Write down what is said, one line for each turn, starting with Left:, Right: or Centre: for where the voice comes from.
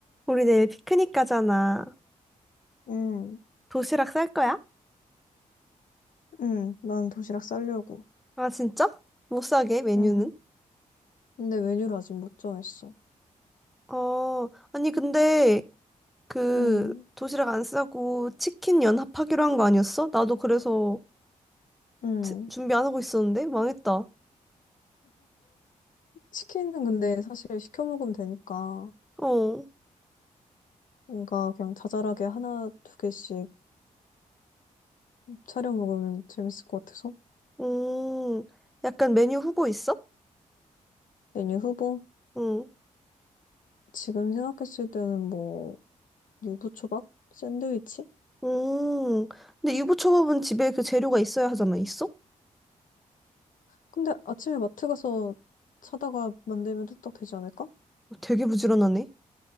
Centre: 우리 내일 피크닉 가잖아.
Left: 응,
Centre: 도시락 쌀 거야?
Left: 응, 난 도시락 싸려고.
Centre: 아, 진짜? 못 사게, 메뉴는?
Left: 응. 근데 메뉴를 아직 못 정했어.
Centre: 어, 아니, 근데, 그,
Left: 응,
Centre: 도시락 안 싸고 치킨 연합하기로 한 거 아니었어? 나도 그래서
Left: 응.
Centre: 제- 준비 안 하고 있었는데? 망했다.
Left: 치킨은 근데 사실 시켜 먹으면 되니까
Centre: 어,
Left: 뭔가 그냥 자잘하게 하나, 두 개씩 차려 먹으면 재밌을 것 같아서.
Centre: 음, 약간 메뉴 후보 있어?
Left: 메뉴 후보?
Centre: 응,
Left: 지금 생각했을 때는 뭐, 유부초밥? 샌드위치?
Centre: 음. 근데 유부초밥은 집에 그 재료가 있어야 하잖아. 있어? 어,
Left: 근데 아침에 마트 가서 사다가 만들면 뚝딱 되지 않을까? <laughs>
Centre: 되게 부지런하네.